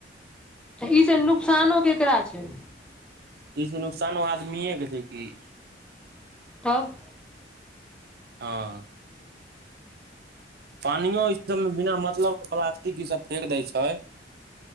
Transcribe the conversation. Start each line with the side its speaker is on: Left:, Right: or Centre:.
Centre: इ से नुकसानो केकरा छेय।
Right: इसे नुकसान आदमीयके छै कि।
Centre: तब।
Right: ह। पानियो इ सब मे बिना मतलब के ई सब फेक देय छै।